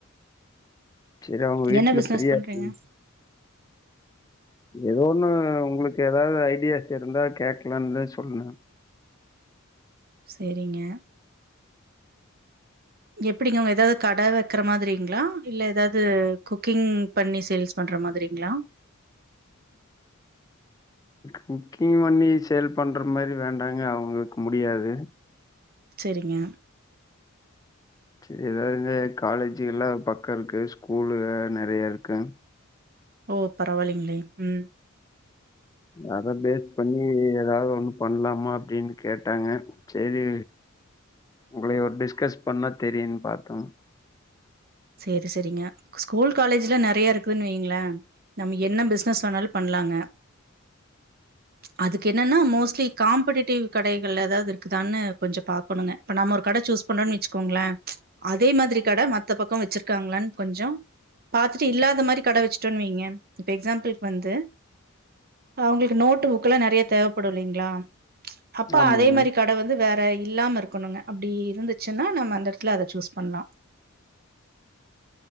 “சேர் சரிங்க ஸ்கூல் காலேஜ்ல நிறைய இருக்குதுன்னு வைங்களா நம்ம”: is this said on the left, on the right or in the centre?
Right